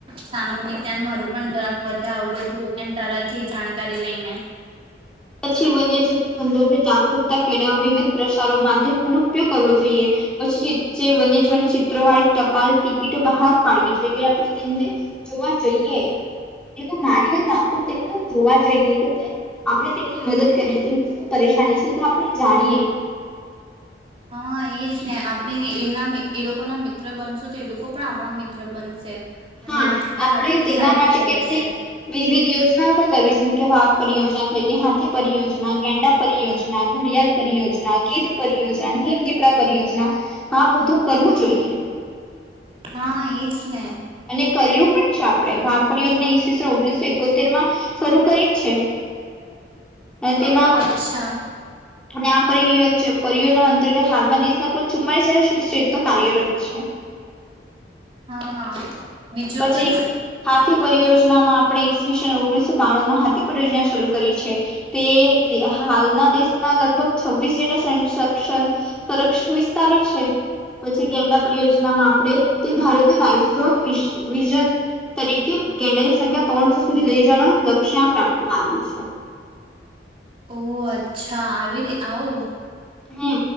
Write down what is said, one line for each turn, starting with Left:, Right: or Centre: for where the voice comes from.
Right: સામાન્ય જ્ઞાન મારું પણ જરાક વધે આવું બધું એમ તરથી જાણકારી લઈને
Centre: પછી વન્યજીવન સંદર્ભે જાગૃતતા કેળવવા વિવિધ પ્રસારો માધ્યમો ન ઉપયોગ કરવો જોઈએ પછી જે વન્યજીવ ચત્ર વાળી ટપાલ ટિકિટો બહાર પાડવી જોઈ કે આપણે તેમને જોવા જઈએ મારી ના પણ તેમને જોવા જઈએ તેમને આપણે તેમની મદદ કરીએ તેમની શું પરેશાની છે તે આપણે જાણીએ.
Right: હા એજ ને આપણે એના મિ એ લોકો ના મિત્ર બનશું તો એ લોકો પણ આપણા મિત્ર બનશે.
Centre: હા
Right: અને આપડા
Centre: આપણે
Right: હાથે
Centre: તેના
Right: સારી
Centre: માટે
Right: રીતે
Centre: કેટલીક
Right: રેશે
Centre: વિવિધ યોજના પણ કરવી છે, જેમ કે વા <unintelligible> થઈ ગઈ, હાથી પરિયોજના, ગેંડા પરિયોજના, ઘડિયાલ પરિયોજના, ગીધ પરિયોજના, હિમ દીપડા પરિયોજના આ બધું કરવું જોઈએ.
Right: હા એજ. ને
Centre: અને કર્યું પણ છે આપણે. વાઘ પરિયોજના ઈસવીસે ઓગણીસો એકો તેર માં શરૂ કરી જ છે. અને તેમાં
Right: ઓ અચ્છા
Centre: અને આ પરિયોજ પરિયોજના અંતર્ગત હાલમાં દેશના કુલ ચુમ્માલીસ <unintelligible> કાર્યરત છે.
Right: હા બીજું
Centre: પછી
Right: કઈ
Centre: હાથી પરિ યોજનામાં આપણે ઈસવીસો ઓગણીસો બાણું માં હાથી પરિયોજના શરૂ કરી છે. તે હાલના દેશમાં લગભગ છવ્વીસ જેટલા <unintelligible> સંરક્ષણ વિસ્તારો છે. પછી ગેંડા પરિયોજનામાં આપણે તે ભારતના રાઇઝોન વિ વિઝન તરીકે ગેંડાની સંખ્યા ત્રણસો સુધી લઈ જવાનું લક્ષ્યાંક રાખવામાં આવ્યું છે.
Right: ઓહ! અચ્છા આવી રી આવું.
Centre: હમ્મ.